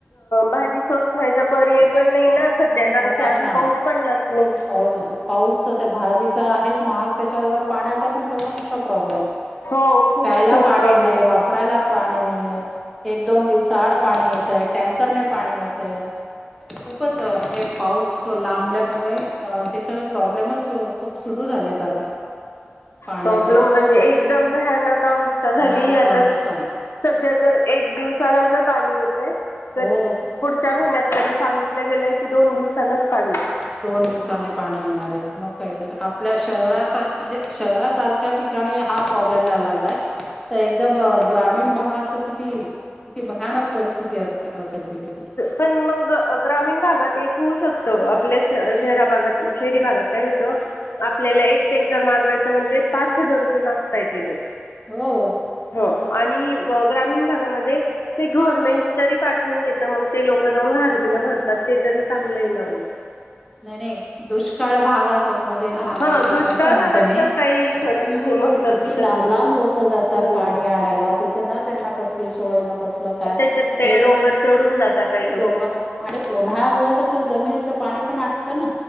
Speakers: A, on the left; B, in the centre.
A: भाजी स्वस्त व्हायचा पर्याय पण नाही ना त्या कारण
B: नाही
A: की अजून
B: ना
A: पाहस पडलाच म
B: पाऊस पाऊस तर ते भाजी आहेच महाग त्याच्यावर पाण्याचा पण तेवढा मोठा प्रॉब्लेम
A: हो खूप
B: प्यायला
A: खूप
B: पाणी
A: प्रॉब्लेम
B: नाही,
A: येतो.
B: वापरायला पाणी नाहीय. एक दोन दिवसाआड पाणी येतय टँकर न पाणी येत आहे. <unintelligible> म्हणजे पाऊस लांबल्यामुळे हे सगळे प्रॉब्लेमच खूप सुरू झाले आहेत आता. <inaudible> पाण्याचे
A: प्रॉब्लेम म्हणजे एकदम भयानक अवस्था झाली
B: भयानक
A: आता
B: अवस्था
A: सध्या तर एक दिवसानंतर पाणी येतय.
B: हो
A: तर पुढच्या महिन्यात तरी सांगितलं गेलंय की दोन दिवसनच पाणी
B: दोन दिवसाने पाणी येणार आहे मग काय तर आपल्या शहरासारख म्हणजे शहरासारख त्या ठिकाणी हा प्रॉब्लेम यायला लागलाय तर एकदम ग्रामीण भागात तर किती किती भयानक परिस्थिती अस-असेल तिथे.
A: पण मग. ग-ग्रामीण भागात एक होऊ शकत आपल्या शहरा भागात शहरी भागात काय होतं आपल्याला एक टेंकर मागवायच म्हणजे पाच हजार रुपये मागतायेत ते लोक.
B: हो.
A: हो आणि ग्रामीण भागामध्ये ते गव्हर्मेंट तरी पाठवून देत. तर मग ते लोक जाऊन घागरीन भरतात ते तरी चांगलं हाय ना उलट.
B: नाही नाही दुष्काळ भागा मध्ये राहणार्या
A: हा
B: लोकांचं
A: दुष्काळ
B: म्हणते
A: भागात
B: मी
A: तर काही खरंच
B: हम्म
A: नाही मग तर
B: किती
A: तिथंच
B: लांब लांब लोक जातात तात
A: हो
B: पाणी आणायला तिथे ना त्यांना कसली सोय न कसलं काय
A: त्याच्यात ते
B: हे
A: डोंगर चढून जाता काही लोक
B: दोघ आणि उन्हाळ्यामुळे कसं जमिनीतलं पाणी पण आटतं ना